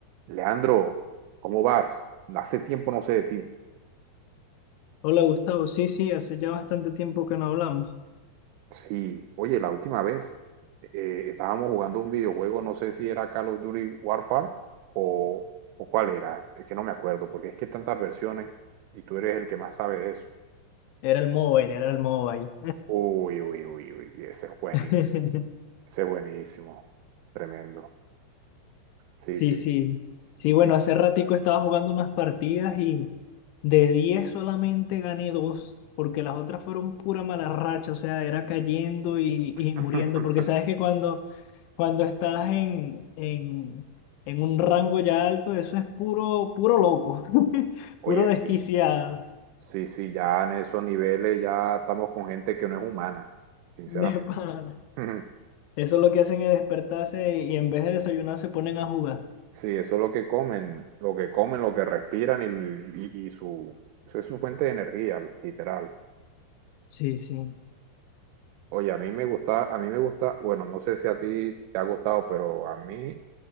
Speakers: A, on the right; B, on the left.
A: Leandro, ¿cómo vas? Hace tiempo no sé de ti.
B: Hola Gustavo, sí, sí, hace ya bastante tiempo que no hablamos.
A: Sí, oye, la última vez eh, estábamos jugando un videojuego, no sé si era Call of Duty Warfare o, o cuál era, es que no me acuerdo, porque es que hay tantas versiones y tú eres el que más sabe de eso.
B: Era el móvil, era el móvil.
A: Uy, uy, uy, uy, y ese es buenísimo,
B: <laughs>
A: ese es buenísimo, tremendo. Sí,
B: Sí,
A: sí.
B: sí. Sí, bueno,
A: Oye,
B: hace ratico estaba jugando unas partidas y de 10 solamente gané dos, porque las otras fueron pura mala racha, o sea, era cayendo y,
A: <laughs>
B: y muriendo, porque sabes que cuando, cuando estás en, en, en un rango ya alto, eso es puro, puro loco, <laughs>
A: oye,
B: puro desquiciado,
A: sí, sí, sí, ya en esos niveles ya estamos con gente que no es humana, sinceramente.
B: de pana.
A: <laughs>
B: Eso es lo que hacen es despertarse y en vez de desayunar se ponen a jugar.
A: Sí, eso es lo que comen, lo que comen, lo que respiran y, y- y su, eso es su fuente de energía, literal.
B: Sí, sí.
A: Oye, a mí me gusta, a mí me gusta, bueno, no sé si a ti te ha gustado, pero a mí eh,